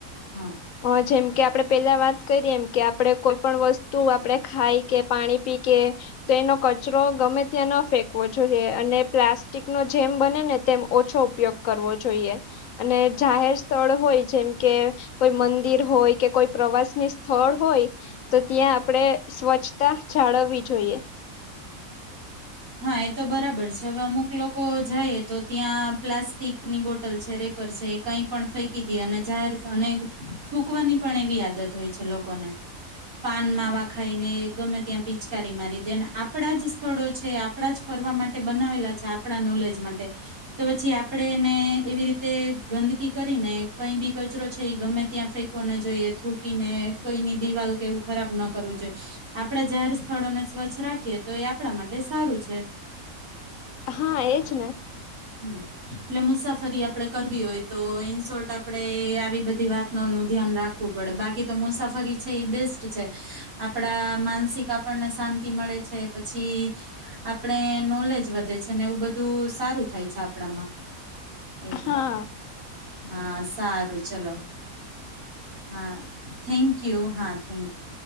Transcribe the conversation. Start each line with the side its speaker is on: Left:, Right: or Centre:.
Right: હા
Left: હ જેમ કે આપણે પેલા વાત કરીએ એમ કે આપણે કોઈ પણ વસ્તુ આપણે ખાઈ કે પાણી પી કે તો એનો કચરો ગમે ત્યાં ન ફેંકવો જોઈએ અને પ્લાસ્ટિક નો જેમ બને ને તેમ ઓછો ઉપયોગ કરવો જોઈએ અને જાહેર સ્થળ હોય જેમ કે કોઈ મંદિર હોય કે કોઈ પ્રવાસની સ્થળ હોય તો ત્યાં આપણેે સ્વચ્છતા જાળવવી જોઈએ.
Right: હા એ તો બરાબર છે, હવે અમુક લોકો જાઈ તો ત્યાં પ્લાસ્ટિકની બોટલ છે, રેપર છે, એ કંઈ પણ ફેંકી દે અને જાહેર અને થૂકવાની પણ એવી આદત હોય છે લોકોને પાન માવા ખાઈને ગમે ત્યાં પિચકારી મારી દેને આપણા જ સ્થળો આપણા જ ફરવા માટે બનાવેલા છે આપણા નોલેજ માટે તો પછી આપણેે એને એવી રીતે ગંદકી કરીને કઈ બી કચરો છે એ ગમે ત્યાં ફેંકવો ના જોઈએ થૂકીને કઈની દિવાલ કે એવું ખરાબ ના કરવું જોઈએ, આપડા જાહેર સ્થળોને સ્વચ્છ રાખીએ તો એ આપણા માટે સારું છે.
Left: હા એજ ને,
Right: હ એટલે મુસાફરી આપડે કરવી હોય તો ઈન શોર્ટ આપણે આવી બધી વાતનોનું ધ્યાન રાખવું પડે બાકી તો મુસાફરી છે એ બેસ્ટ છે આપડા માનસિક આપણને શાંતિ મળે છે, પછી આપણે નોલેજ વધે છે ને એવું બધું સારું થાય છે. આપણામાં એટલે
Left: હા
Right: હા સારું ચલો હા થેન્ક યુ, હા થેન્ક યુ